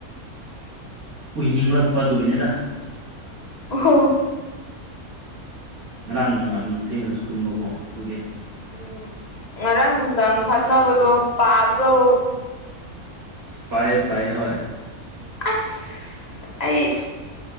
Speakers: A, on the right; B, on the left.
A: ꯎꯏꯅꯤꯡꯂꯛꯄ ꯑꯗꯨꯒꯤꯅꯤꯗ
B: ꯍ
A: ꯉꯔꯥꯡ ꯅꯨꯡꯗꯥꯡꯗ ꯊꯦꯡꯉꯁꯨ ꯇꯨꯝꯕꯀꯣ ꯑꯗꯨꯒꯤ
B: ꯑꯥ ꯉꯔꯥꯡ ꯅꯨꯡꯊꯪ ꯈꯠꯅꯕꯗꯣ ꯄꯥꯕ꯭ꯔꯣ
A: ꯄꯥꯏ ꯄꯥꯏ ꯍ
B: ꯑꯁ ꯑꯩ